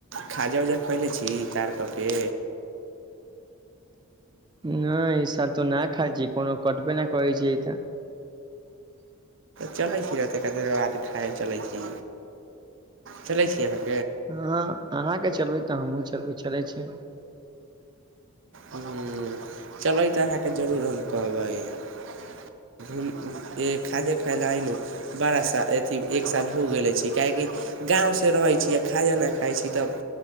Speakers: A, on the right (about 60°); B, on the right (about 20°).
A: खाजा-उजा खेएलै छी तार कऽ के।
B: नै ई साल तऽ ना खाएल छी, कोनो कटबै नै करै छै ई ते।
A: चलै छी <unintelligible> चलै छी चलै छीये।
B: अहाँ आह्नान के चलबै तऽ हमूँ चलबे छी। करै छै।
A: ह चल ई तऽ अहाँके जरूर हम कहबै खादे खाय ल ने बारह साल अथी एक साल हो गेले छै काहेकि। गाँवसँ रहैत छी आ खाजा नहिा खाइत छी तब।